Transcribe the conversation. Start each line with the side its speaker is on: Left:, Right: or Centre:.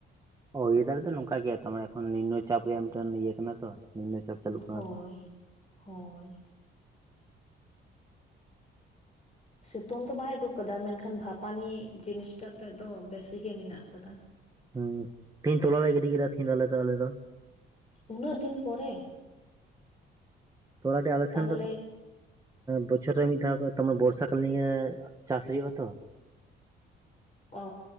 Right: ᱦᱚᱭ ᱱᱤᱫᱟᱨ ᱫᱚ ᱱᱚᱝᱠᱟ ᱜᱮᱭᱟ ᱱᱤᱢᱱᱚ ᱪᱟᱯ ᱨᱮᱭᱟᱜ ᱢᱤᱫᱴᱮᱱ ᱤᱭᱟᱹ ᱠᱟᱱᱟ ᱛᱚ ᱱᱤᱢᱱᱚ ᱪᱟᱯ ᱪᱟᱹᱞᱩᱜ ᱠᱟᱱᱟ
Left: ᱦᱳᱭ!
Right: ᱛᱚ
Left: ᱦᱳᱭ! ᱥᱤᱛᱩᱝ ᱫᱚ ᱵᱟᱭ ᱩᱰᱩᱠ ᱠᱟᱫᱟ ᱢᱮᱱᱠᱷᱟᱱ ᱵᱷᱟᱯᱟᱱᱤ ᱡᱤᱱᱤᱥᱴᱟᱜ ᱛᱮᱫ ᱫᱚ ᱵᱮᱥᱤᱜ ᱜᱮ ᱢᱮᱱᱟᱜ ᱟᱠᱟᱫᱟ᱾
Right: ᱦᱚᱸ ᱛᱮᱦᱤᱧ ᱛᱚᱞᱟ ᱞᱮ ᱜᱤᱰᱤ ᱠᱮᱫᱟ ᱛᱤᱦᱤᱧ ᱫᱚ ᱟᱞᱮ ᱫᱚ ᱟᱞᱮ ᱫᱚ
Left: ᱩᱱᱟᱹᱜ ᱫᱤᱱ ᱯᱚᱨᱮ᱾
Right: ᱛᱳᱞᱟᱴᱤ ᱟᱞᱚ
Left: ᱛᱟᱦᱚᱞᱮ
Right: ᱥᱮᱱ ᱫᱚ ᱵᱚᱪᱷᱚᱨ ᱨᱮ ᱢᱤᱫ ᱫᱷᱟᱣ ᱛᱟᱨᱢ ᱵᱚᱨᱥᱟ ᱠᱟᱞᱤᱱ ᱜᱮ ᱪᱟᱥ ᱦᱩᱭᱩᱜᱼᱟ ᱛᱚ᱾
Left: ᱚ